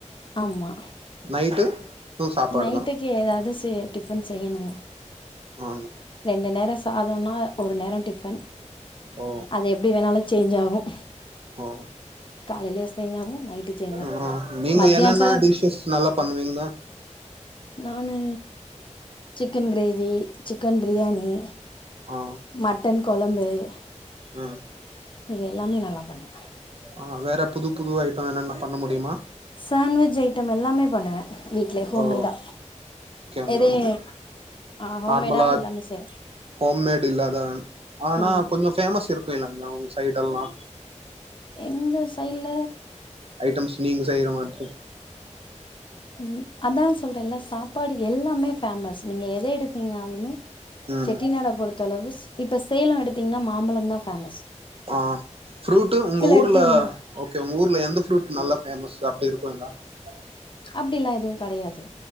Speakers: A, on the left; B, on the right.
A: ஆமா
B: நைட்டு ம் சாப்பாடு
A: நைட்டுக்கு
B: தா
A: ஏதாது சே டிஃபன் செய்யணுங்க
B: ஆ
A: ரெண்டு நேரம் சா சாதோன்னா ஒரு நேரம் டிஃபன்
B: ஓ
A: அது எப்டி வேணாலும் சேஞ்ச் ஆகும் <unintelligible>
B: ஓ
A: காலயிலயே சேஞ்சாகும் நைட்டு சேஞ்சாகும்
B: ஆ நீங்க
A: மத்தியானச
B: என்னென்ன டிஷ்ஷஸ் நல்லா பண்ணுவீங்க
A: நானு சிக்கன் கிரேவி சிக் சிக்கன் பிரியாணி
B: ஆ
A: மட்டன் குழம்பு <inaudible>
B: ம்
A: இது எல்லாமே நல்லா பண்ணு
B: ஆ வேற புது புது ஐட்டம் என்னென்ன பண்ண முடியுமா
A: சாண்வெஜ் ஐட்டம் எல்லாமே பண்ணுவேன் வீட்லயே ஹோம்மேடா
B: ஓ கேனா
A: எதையும் ஆ ஹோம்மேடா
B: நார்மலா
A: எல்லாமே செய்வேன்
B: ஹோம்மேடு் இல்லாத ஆனா
A: ஆ
B: கொஞ்ச பேமஸ் இருக்கும் இல்லங்க உங்க ஜட்டன்னா
A: எங்க சைட்ல
B: ஐட்டம்ஸ் நீங்க செய்யற மாதிரி
A: உம் அதான் சொல்றேன்ல்ல சாப்பாடு எல்லாமே பேமஸ் நீங்கள் எதை எடுத் ங்கினாலுமே
B: ம்
A: செட்டிநட பொறுத்த அளவு இப்ப சேலம் எடுத்தீங்கன்னா மாம்பழம் தான் பேமஸ்
B: ஆஹ் ப்ரூட் உங்க ஊர்ல
A: எடுத்தீங்கன்னா
B: ஓகே உங்க ஊர்ல எந்த ப்ரூட் நல்லா பேமஸ் அப்படி இருக் மேகா <unintelligible>
A: அப்படில்லாம் எதுவும் கிடையாது